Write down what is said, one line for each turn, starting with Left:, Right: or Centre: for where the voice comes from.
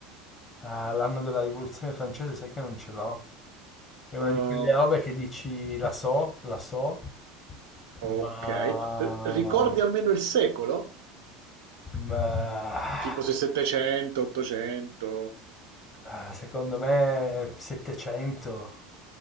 Left: Ah, l'anno della rivoluzione francese, sai che non ce l'ho? È una
Right: Ehm,
Left: di quelle robe che dici la so, la so,
Right: ok.
Left: Ma...
Right: R- ricordi almeno il secolo?
Left: Ma...
Right: Tipo se 700, 800?
Left: ah, Secondo me 700,